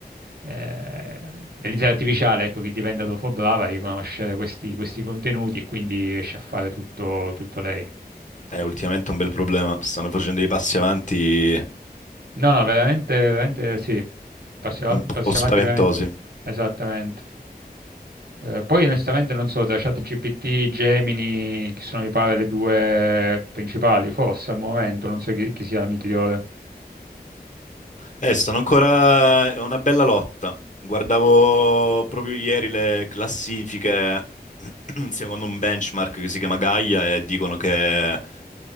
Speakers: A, on the right; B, on the left.
A: eh, dell'intelligenza artificiale, ecco, che diventa dopo brava a riconoscere questi, questi contenuti e quindi riesce a fare tutto tutto lei.
B: È ultimamente un bel problema, stanno facendo dei passi avanti
A: No, no, veramente, veramente sì. Passi, av-
B: un
A: passi
B: po' spaventosi.
A: avanti veramente. Esattamente. Eh, poi onestamente non so, tra ChatGPT, Gemini, che sono mi pare le due principali, forse al momento, non so chi, chi sia la migliore.
B: Eh, stanno ancora, è una bella lotta. Guardavo proprio ieri le classifiche, <clears throat> secondo un benchmark che si chiama Gaia, e dicono che